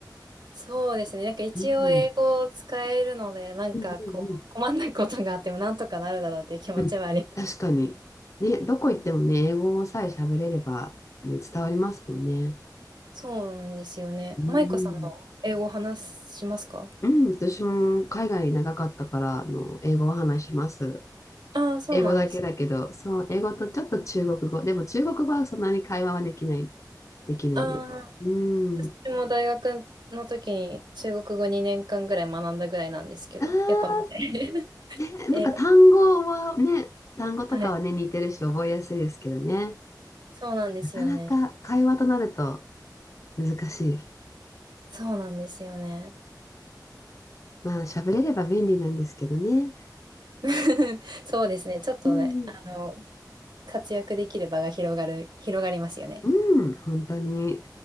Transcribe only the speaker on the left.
うん。
うんうん
うん。うん。確かに。ね、どこ行ってもね、英語さえ喋れれば、ね、伝わりますもんね。
うん。
うん、私も海外長かったから、あの、英語を話します。
英語だけだけど、そう、英語とちょっと中国語。でも中国語はそんなに会話はできない、できないです。
う
ん。ああ、
ね、なんか単語はね、
単語とかはね、
似てるし覚えやすいですけどね。
なかなか会話となると難しい。
まあ、喋れれば便利なんですけどね。
うんうん。
うん、本当に。